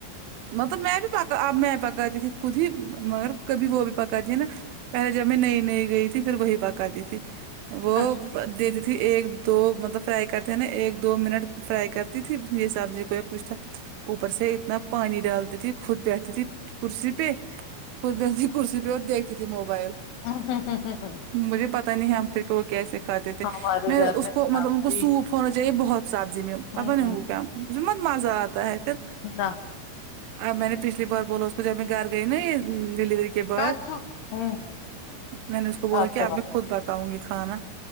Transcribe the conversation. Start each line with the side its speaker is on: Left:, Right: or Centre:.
Right: مطلب میں بھی پکا اب میں پکات ا میں پکاتی تھی خود ہی مگر کبھی وہ بھی پکاتی ہے نا پہلے جب میں نئی نئی گئی تھی پھر وہی پکاتی تھی وہ
Left: اچھا
Right: د دیتی تھی ایک دو مطلب فرائی کرتے ہیں نا ایک دو منٹ فرائی کرتی تھی یہ سبزی کو یا کچھ تھا اوپر سے اتنا پانی ڈالتی تھی خود بیٹھتی تھی کرسی پہ خود بیٹھتی تھی کرسی پہ اور دیکھتی تھی موبائل
Left: ہوں ہوں ہوں ہوں
Right: مجھے پتاہ نہیں ہم پھر کہ وہ کیسے کھاتے تھے
Left: ہمارے
Right: میں
Left: گھر
Right: اس کو مطلب
Left: سبزی
Right: ان کو سوپ ہونا چاہیے بہت سبزی میں پتاہ
Left: ہوں
Right: نہیں انکو کیا مت مزہ آتا ہے پھر
Left: نہ
Right: اب میں نے پچھلی بار بولا نہ اس کو جب میں گھر گئی نا یہ ڈلیوری کے بعد
Left: کچو ہوں
Right: میں نے اس کو بولا
Left: اچھا
Right: کہ اب میں خود پکاؤں گی کھانا